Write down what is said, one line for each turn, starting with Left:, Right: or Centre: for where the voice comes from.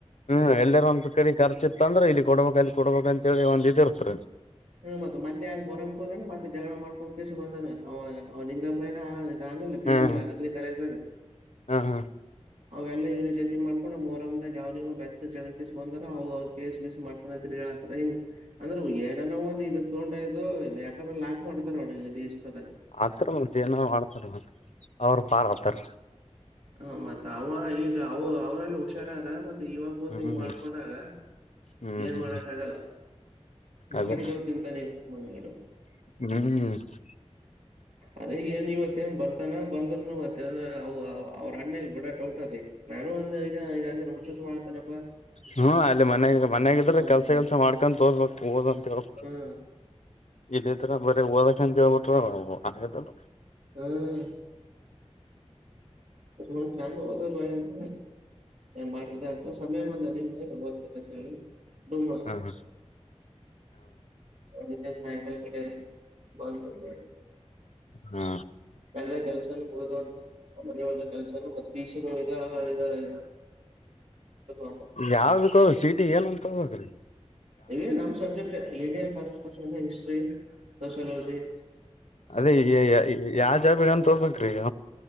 Left: ಹ್ಮ್ ಎಲ್ಲಾರ ಒಂದ್ ಕಡೆ ಖರ್ಚ ಇರ್ತ ಅಂದ್ರ ಇ ಕೊಡಬೇಕ ಅಲ್ಲಿ ಕೊಡಬೇಕ್ ಅಂತೇಳಿ ಒಂದ್ ಇದ ಇರ್ತ್ರಿ
Right: ಹ್ಮ ಮತ್ತ ಮೊನ್ನೆ ಮೊಹರಂಮಕ್ ಹೋಗನ ಮತ್ತೆ ಜಗಳ ಮಾಡ್ಕೊಂಡ್ ಕೆಸಿ ಬಂದಾನ ಅವ ಅವ್ ನಿಂಗಪ್ಪನ ನಾನಲ್ಲ ಬಗಡ
Left: ಹ್ಮ್
Right: ಆದ್ರೆ ಕರೆಂಟ್
Left: ಹ್ಮ್ ಹ್ಮ್
Right: ಅವೆಲ್ಲ ಇನ್ ಜತಿ ಮಾಡ್ ಕ ಮೋರಮದಾಗ ಯಾವ್ರಗ ಬೆತ್ತ ಜಡ್ ಕೇಸ್ ಬಂದಾರ ಅವ್ರರು ಕೇಸ್ ಗೀಸ್ ಮಾಡ್ತೇನಂತ ಹೇಳಂತಾರ ಹಿ ಅಂದ್ರೆ ಏನನ ಒಂದ ಇದ ತಗೊಂಡ ಇದು ಯಾಕಡ್ರ ಲಾಕ್ ಮಾಡ್ತಾರ ಅವಷ್ಟದ
Left: ಹಾಕ್ತಾರ ಮತ್ತ ಏನ ಮಾಡಡ್ತಾರ ಅವರು ಬಾರ್ ಆತಾರ
Right: ಹ ಮತ್ತ ಅವ ಈಗ ಅವ ಅವ್ರಲ್ಲ ಹುಷಾರಾದಾ ಮತ್ ಯುವ ಕುಂತ
Left: ಹ್ಮ್
Right: ಹಿಂಗ್ ಮಾಡ್ಕೊಂಡಾಗ
Left: ಹ್ಮ್
Right: ಏನ್ ಮಾಡಕ್ ಆಗಲ್ಲ
Left: ಅದೇ
Right: ಮಾಡಿದ ಅವ ತಿಂತಾನೇ ಮನೆಗಡು
Left: ಹ್ಮ್
Right: ಅದೇ ಏನ್ ಇವತ್ತೇ ಏನ್ ಬರ್ತಾನ ಬಂದ್ರನು ಮತ್ತ ಅವ್ರ ಅಣ್ಣ ಇಲ್ ಬಿಡದ್ ಡೌಟಾದ್ ಈಗ ನಾನು ಒಂದ ಇದ ಅಂದ್ರ ಹುಚ್ಚ್ ಹುಚ್ಚ್ ಮಾಡ್ತನೆಪ್ಪ
Left: ಹ್ಮ್ ಅಲ್ಲಿ ಮನಾಗ ಮನ್ಯಾಗಿದ್ರ್
Right: ಅಂತದ
Left: ಕೆಲ್ಸ ಗಿಲ್ಸ ಮಾಡ್ಕೊಂಡು ಓದ್ಬೇಕು ಓದಂತ ಹೇಳಬೇಕ್
Right: ಹ್ಮ
Left: ಇದೆ ತರ ಬರೆ ಓದಕ ಅಂತ ಕೇಳ್ಬಿಟ್ರ ಹಾಗಲ್ಲ ಅದು
Right: ಹ್ಮ್ <unintelligible> ಚೆಂದ ಓದು ಏನ್ ಮಾಡ್ರಿದೆ ಆಯ್ತೊ ಸಮಯ ಒಂದ ನಿನ್ನೆ ಹೊತ್ತಿನಿ ಅಂತ ಹೇಳಿ ಬಂದ್
Left: ಹ ಹ
Right: ಅದಕ್ಕೆ ಸಾಯಂಕಲ್ ಕಡೆ ಬಂದಿದ್
Left: ಹಾ
Right: ಎಲ್ಲ ಕೆಲ್ಸನು ಮುಗದವಂತ್ ಸಾಮಾನ್ಯವಾದ ಕೆಲ್ಸನು ಮತ್ತ್ ಶಶ ಸ್ವಲ್ಪ <unintelligible>
Left: ಯಾವ್ದುಕು ಸಿಟಿ ಏನ್ ಅಂತ ತೊಂಮದ್ರೀ <unintelligible>
Right: ಇದೆ ನಮ್ಮ್ subject Indian forest question history sociology
Left: ಅದೇ ಯಾವ ಜಾಬಿಗಂತ ಹೊಬೇಕ್ರಿ ಈಗ